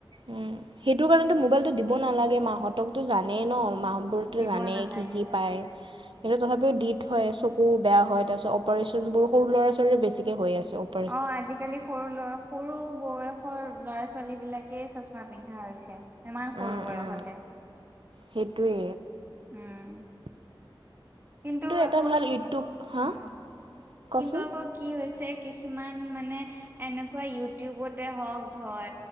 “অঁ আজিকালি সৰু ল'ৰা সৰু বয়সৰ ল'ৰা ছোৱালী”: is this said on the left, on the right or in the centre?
Right